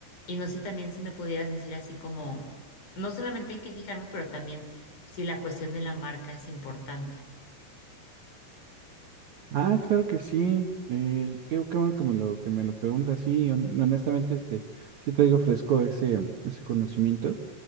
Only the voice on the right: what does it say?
Ah, claro que sí. Eh, qué, qué bueno que me lo, que me lo preguntas. Sí, hon- honestamente, este, sí te digo fresco ese, ese conocimiento.